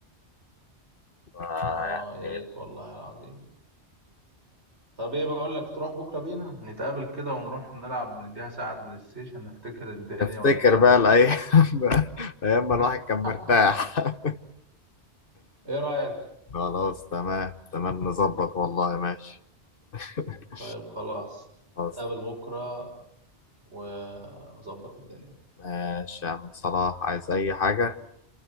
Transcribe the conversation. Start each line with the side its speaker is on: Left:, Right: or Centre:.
Left: آه،
Right: اه يا
Left: يعني
Right: ريت والله العظيم طب ايه بقول لك تروح بكرة بينا نتقابل كده ونروح نلعب نديها ساعة بلاي ستيشن نفتكر الدنيا
Left: نفتكر
Right: ونفتكر
Left: بقى الايام
Right: ال...
Left: <laughs> ايام ما
Right: <laughs>
Left: الواحد كان مرتاح <laughs>
Right: ايه رأيك
Left: خلاص تمام تمام نظبط والله ماشي <laughs>
Right: طيب خلاص
Left: خلاص
Right: نتقابل بكرة ونظبط الدنيا
Left: ماشي يا عم صلاح عايز اي حاجة